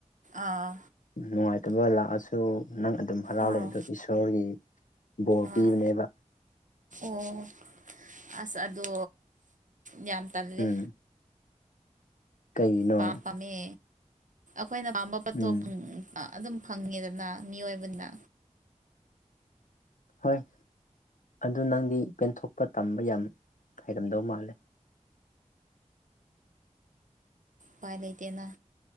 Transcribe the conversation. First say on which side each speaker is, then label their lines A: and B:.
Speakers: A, on the right (about 80°); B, on the left (about 85°).
A: ꯑꯥ
B: ꯅꯨꯡꯉꯥꯏꯇꯕ ꯂꯥꯛꯑꯁꯨ ꯅꯪ ꯑꯗꯨꯝ ꯍꯔꯥꯎ
A: ꯑꯥ
B: ꯂꯩ ꯑꯗ ꯏꯁꯣꯔꯒꯤ ꯕꯣꯔ
A: ꯑꯥ
B: ꯄꯤꯕꯅꯦꯕ
A: ꯑꯣ ꯑꯁ ꯑꯗꯣ ꯌꯥꯝ ꯇꯜꯂꯦ
B: ꯎꯝ ꯀꯩꯒꯤꯅꯣ
A: ꯄꯝ ꯄꯝꯃꯦ ꯑꯩꯈꯣꯏꯅ ꯄꯥꯝꯕ ꯄꯣꯠꯇꯣ
B: ꯎꯝ
A: ꯑꯗꯨꯝ ꯐꯪꯉꯦꯗꯅ ꯃꯤꯑꯣꯏꯕꯅ
B: ꯍꯣꯏ ꯑꯗꯨ ꯅꯪꯗꯤ ꯄꯦꯟꯊꯣꯛꯄ ꯇꯝꯕ ꯌꯥꯝ ꯍꯔꯝꯗꯧ ꯃꯥꯜꯂꯦ
A: ꯄꯥꯏ ꯂꯩꯇꯅ